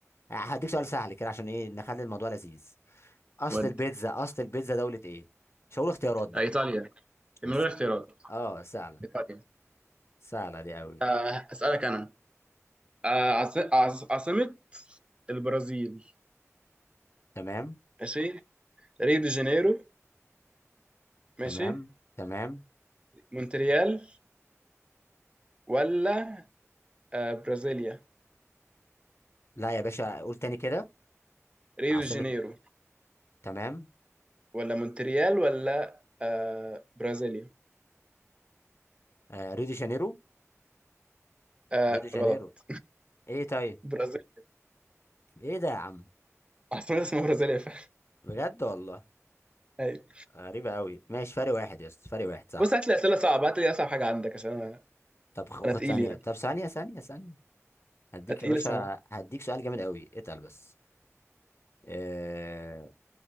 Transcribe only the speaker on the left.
آه، هديك سؤال سهل كده عشان ايه نخلي الموضوع لذيذ اصل
البيتزا اصل البيتزا دولة ايه مش هقول اختيارات بقى
بس
يعني. اه سهلة
سهلة دي قوي
تمام
تمام تمام
لا يا باشا قول تاني كده
عاصمة
تمام
آه ريو دي جانيرو
ريو دي جانيرو
ايه طيب
ايه ده يا عم
بجد والله
غريبة قوي ماشي فرق واحد يا اسطى فرق واحد صح
طب خ-
خد
ثانية
طب ثانية ثانية ثانية هديك
يا باشا
هديك سؤال جامد قوي اتقل بس آه...